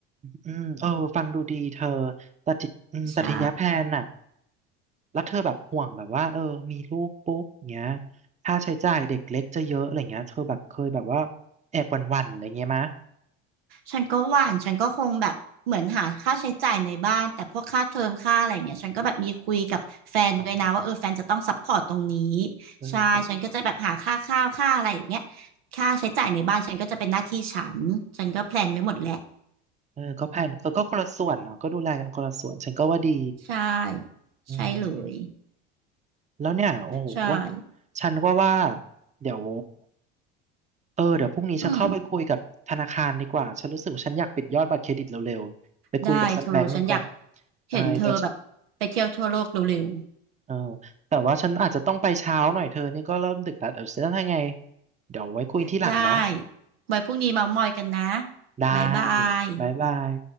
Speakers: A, on the right; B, on the right.
A: อืมเออฟังดูดีเธอแต่ทีอืมแต่ทีเนี้ยแพลนน่ะ
B: ใช่
A: แล้วเธอแบบห่วงแบบว่าเออมีลูกปุ๊บเงี้ยค่าใช้จ่ายเด็กเล็กจะเยอะอะไรเงี้ยเธอแบบเคยแบบว่าแอบหวั่นๆอะไรเงี้ยมะ
B: ฉันก็หว่านฉันก็คงแบบเหมือนหาค่าใช้จ่ายในบ้าน แต่พวกค่าเทอมค่าอะไรอย่างเงี้ยฉันก็แบบมีคุยกับแฟนด้วยนะว่าเออแฟนจะต้องซัพพอร์ตตรงนี้
A: อ๋อเออก็ได้
B: ใช่ฉันก็จะแบบหาค่าข้าวค่าอะไรอย่างเงี้ยค่าใช้จ่ายในบ้านฉันก็จะเป็นหน้าที่ฉัน ฉันก็แพลนไว้หมดแหละ
A: เออก็แพลนเออก็คนละส่วนเนาะก็ดูแลกันคนละส่วน ฉันก็ว่าดี
B: ใช่
A: อืม
B: ใช่เลย
A: แล้วเนี่ยโอ้โห
B: ใช่
A: ฉันก็ว่าเดี๋ยว เออเดี๋ยวพรุ่งนี้ฉันเข้าไปคุยกับธนาคารดีกว่าฉันรู้สึกว่าฉันอยากปิดยอดบัตรเครดิตเร็วๆไปคุยกับซักแบงก์หนึ่งก่อน
B: อืมได้เธอฉันอยาก
A: ใช่แต่
B: เห็นเธอแบบไปเที่ยวทั่วโลกเร็ว
A: เออแต่ว่าฉันอาจจะต้องไปเช้าหน่อยเธอนี่ก็เริ่มดึกแล้วเดี๋ยวเจะทำไงเดี๋ยวไว้คุยที่หลังนะ
B: ๆได้ไว้พรุ่งนี้เมามอยกันนะ
A: ได้
B: บ๊ายบาย
A: บ๊ายบาย